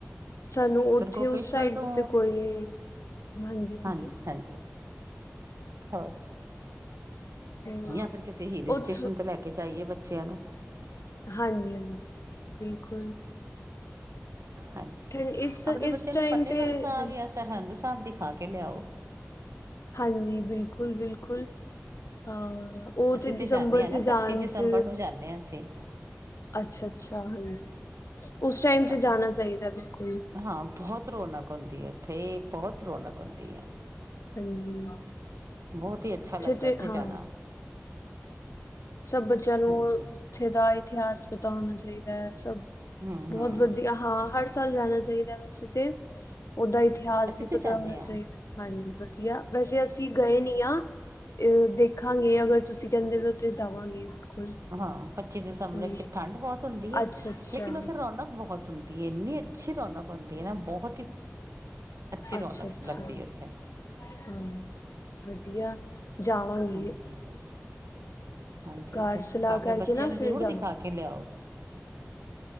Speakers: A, on the left; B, on the right.
A: ਸਾਨੂੰ ਉਥੇ
B: ਫਿਰ ਗੋਪੇਸ਼ਵਰ
A: ਉਸ ਸਾਈਡ
B: ਤੋਂ
A: ਤੇ ਕੋਈ ਹਾਂਜੀ-ਹਾਂਜੀ।
B: ਹਾਂਜੀ ਹਾਂਜੀ ਹੋਰ
A: ਹਮ
B: ਜਾਂ ਫਿਰ ਕਿਸੇ ਹਿੱਲ
A: ਉੱਥ
B: ਸਟੇਸ਼ਨ ਤੇ ਲੈ ਕੇ ਜਾ ਆਈਏ ਬ ਬੱਚਿਆਂ ਨੂੰ-
A: ਹਾਂਜੀ ਹਾਂਜੀ। ਬਿਲਕੁਲ
B: ਹਾਂਜੀ
A: ਠੰਡ ਇਸ
B: ਆਪਣੇ
A: ਇਸ
B: ਬੱਚਿਆਂ
A: ਟਾਈਮ
B: ਨੂੰ ਫਤਿਹਗੜ੍ਹ
A: ਤੇ
B: ਸਾਹਿਬ
A: ਹਾਂਜੀ
B: ਆ ਸਰਹਿੰਦ ਘਰ ਦੀਖਾ ਕੇ ਲਿਆਓ।
A: ਹਾਂਜੀ ਬਿਲਕੁਲ-ਬਿਲਕੁਲ। ਬਿਲਕੁਲ ਹਾਂ। <unintelligible> ਉਹ
B: ਅਸੀਂ
A: ਤੇ ਦਸੰਬਰ
B: ਜਾਂਦੇ ਹਾਂ
A: ਚ
B: ਨਾ ਪੱਚੀ
A: ਜਾਣ
B: ਦਸੰਬਰ
A: ਚ
B: ਨੂੰ ਜਾਂਦੇ ਹਾਂ ਅਸੀਂ
A: ਅੱਛਾ-ਅੱਛਾ ਹਾਂਜੀ। ਉਸ ਟਾਈਮ
B: ਤਾਂ
A: ਤੇ ਜਾਣਾ ਚਾਹੀਦਾ ਬਿਲਕੁਲ
B: ਹਾਂ ਬਹੁਤ ਰੌਨਕ ਹੁੰਦੀ ਹੈ। ਉੱਥੇ ਬਹੁਤ ਰੌਨਕ ਹੁੰਦੀ ਹੈ।
A: ਹਾਂਜੀ
B: ਬਹੁਤ ਹੀ ਅੱਛਾ ਲੱਗਦਾ
A: ਤੇ
B: ਉੱਥੇ
A: ਹਾਂ
B: ਜਾਣਾ।
A: ਸਭ ਬੱਚਿਆਂ ਨੂੰ
B: ਹਾਂਜੀ
A: ਉੱਥੇ ਦਾ ਇਤਿਹਾਸ ਪਤਾ ਹੋਣਾ ਚਾਹੀਦਾ। ਚਾਹੀਦਾ ਹੈ ਸਭ
B: ਹਮ
A: ਬਹੁਤ
B: ਹਮ
A: ਵਧੀਆ ਹਾਂ। ਚੱਲ ਜਾਣਾ ਚਾਹੀਦਾ ਵੈਸੇ ਤੇ, <unintelligible> ਓਦਾ ਇਤਿਹਾਸ
B: ਅਸੀਂ
A: ਵੀ
B: ਤੇ
A: ਪਤਾ
B: ਜਾਂਦੇ
A: ਹੋਣਾ
B: ਹਾਂ
A: ਚਾਹੀਦਾ ਹਾਂਜੀ ਵਧੀਆ ਵੈਸੇ ਅਸੀਂ ਗਏ ਨੀ ਆ। ਅ ਦੇਖਾਂਗੇ ਅਗਰ ਤੁਸੀਂ ਕਹਿੰਦੇ ਹੋ। <unintelligible> ਔ ਜਾਵਾਂਗੇ। <unintelligible>
B: ਹਾਂ ਪੱਚੀ ਦਸੰਬਰ
A: ਹਾਂਜੀ
B: ਇੱਕ ਠੰਡ ਬਹੁਤ ਹੁੰਦੀ ਹੈ
A: ਅੱਛਾ-ਅੱਛਾ
B: ਲੇਕਿਨ ਉੱਥੇ ਰੌਣਕ ਬਹੁਤ ਹੁੰਦੀ ਇੰਨੀ ਅੱਛੀ ਰੌਨਕ ਹੁੰਦੀ ਨਾ ਬਹੁਤ ਹੀ ਅੱਛੀ ਰੌਨਕ
A: ਅੱਛਾ-ਅੱਛਾ
B: ਲੱਗਦੀ ਹੈ ਉੱਥੇ।
A: ਹਾਂ ਵਧੀਆ ਜਾਵਾਂਗੇ?
B: ਹਾਂਜੀ ਹਾਂਜੀ
A: ਘਰ
B: ਚ
A: ਸਲਾਹ
B: ਆਪਣੇ
A: ਕਰਕੇ
B: ਬੱਚਿਆਂ
A: ਨਾ
B: ਨੂੰ
A: ਫਿਰ
B: ਜ਼ਰੂਰ
A: ਜਾਵਾਂਗੇ
B: ਦਿਖਾ ਕੇ ਲਿਆਓ?